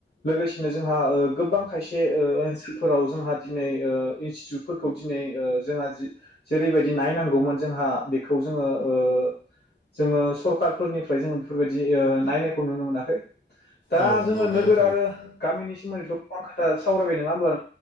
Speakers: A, on the left; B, on the left.
A: लोगोसेनो जोंहा ओ गोबां खायसे ओ ओनसोलफोराव जोंहा दिनै ओ इन्स्टिटिउटफोरखौ दिनै ओ जोंहा जे जेरैबायदि नायनांगौमोन जोंहा बेखौ जोङो ओ जोङो सरखारफोरनि ओमफ्राय जोङो बेफोरबायदि ओ नायनायखौ नुनो मोनाखै। दा
B: औ नंगौ
A: जोङो
B: बे
A: नोगोर
B: बाथ्राया
A: आरो गामिनि सोमोन्दैथ' गोबां खोथा सावरायबाय नङा हामब्ला